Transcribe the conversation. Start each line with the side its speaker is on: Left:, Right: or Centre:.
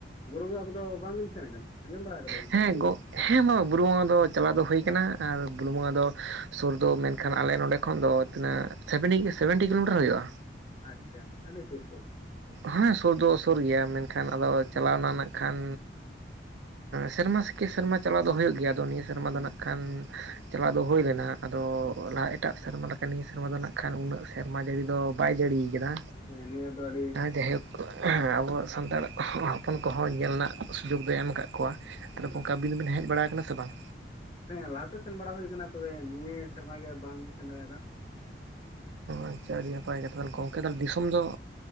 Left: ᱵᱩᱨᱩ ᱵᱚᱸᱜᱟ ᱠᱚᱫᱚ ᱵᱟᱝᱵᱤᱱ ᱥᱮᱱ ᱟᱠᱟᱱᱟ ᱟᱸᱡᱚᱢ ᱵᱟᱲᱟ ᱠᱟᱫᱟᱵᱤᱱ
Right: ᱦᱮᱸ
Left: ᱛᱚ <inaudible>
Right: ᱜᱚ ᱦᱮᱸ ᱢᱟ ᱵᱩᱨᱩ ᱵᱚᱸᱜᱟ ᱫᱚ ᱪᱟᱞᱟᱣ ᱫᱚ ᱦᱩᱭᱩᱠᱟᱱᱟ ᱟᱨ ᱵᱩᱨᱩ ᱵᱚᱸᱜᱟ ᱫᱚ ᱥᱩᱨ ᱫᱚ ᱢᱮᱱᱠᱷᱟᱱ ᱟᱞᱮ ᱱᱚᱰᱮ ᱠᱷᱚᱱ ᱫᱚ ᱛᱤᱱᱟᱹᱜ ᱥᱮᱵᱷᱮᱱᱴᱤ <inaudible> ᱥᱮᱵᱷᱮᱱᱴᱤ ᱠᱤᱞᱳᱢᱤᱴᱟᱨ ᱦᱩᱭᱩᱜᱼᱟ
Left: ᱟᱪᱪᱷᱟ ᱟᱹᱰᱤ ᱥᱩᱨ ᱛᱚ
Right: ᱦᱮᱸ ᱥᱩᱨ ᱫᱚ ᱥᱩᱨ ᱜᱮᱭᱟ ᱢᱮᱱᱠᱷᱟᱱ ᱟᱫᱚ ᱪᱟᱞᱟᱣᱱᱟ ᱠᱷᱟᱱ ᱥᱮᱨᱢᱟ ᱠᱮ ᱥᱮᱨᱢᱟ ᱪᱟᱞᱟᱣ ᱫᱚ ᱦᱩᱭᱩᱜ ᱜᱮᱭᱟ ᱟᱫᱚ ᱱᱤᱭᱟᱹ ᱥᱮᱨᱢᱟ
Left: ᱦᱮᱸ
Right: ᱫᱚ ᱱᱟᱜ ᱠᱷᱟᱱ ᱪᱟᱞᱟᱣ ᱫᱚ ᱦᱩᱭ ᱞᱮᱱᱟ ᱟᱫᱚ ᱞᱟᱦᱟ ᱮᱴᱟᱜ ᱥᱮᱨᱢᱟ ᱞᱮᱠᱟ ᱱᱤᱭᱟᱹ ᱥᱮᱨᱢᱟ ᱫᱚ ᱱᱟᱜ ᱠᱷᱟᱱ ᱩᱱᱟᱹᱜ ᱥᱮᱨᱢᱟ ᱡᱟᱹᱲᱤ ᱫᱚ ᱵᱟᱭ ᱡᱟᱹᱲᱤᱭ ᱟᱠᱟᱫᱟ
Left: <unintelligible> ᱱᱤᱭᱟᱹ ᱫᱚ ᱟᱹᱰᱤ
Right: ᱡᱟᱭᱦᱳᱠ ᱟᱵᱚ ᱥᱟᱱᱛᱟᱲ ᱦᱚᱯᱚᱱ ᱠᱚᱦᱚᱸ ᱧᱮᱞ ᱨᱮᱱᱟᱜ ᱥᱩᱡᱳᱜᱽ ᱫᱚᱭ ᱮᱢ ᱟᱠᱟᱫ ᱠᱚᱣᱟ ᱛᱟᱦᱞᱮ
Left: ᱦᱮᱸ
Right: ᱜᱚᱝᱠᱮ ᱟᱵᱤᱱ ᱫᱚᱵᱤᱱ ᱦᱮᱡ ᱵᱟᱲᱟ ᱟᱠᱟᱱᱟ ᱥᱮ ᱵᱟᱝ
Left: ᱦᱮᱸ ᱞᱟᱦᱟᱛᱮ ᱥᱮᱱ ᱵᱟᱲᱟ ᱦᱩᱭ ᱟᱠᱟᱱᱟ ᱛᱚᱵᱮ ᱱᱤᱭᱟᱹ ᱥᱮᱨᱢᱟ ᱜᱮ ᱵᱟᱝᱞᱤ ᱥᱮᱱ ᱫᱟᱲᱮᱭᱟᱫᱟ
Right: ᱟᱪᱪᱷᱟ ᱟᱹᱰᱤ ᱱᱟᱯᱟᱭ ᱠᱟᱛᱷᱟ ᱜᱚᱝᱠᱮ ᱛᱟᱦᱚᱞᱮ ᱫᱤᱥᱚᱢ ᱫᱚ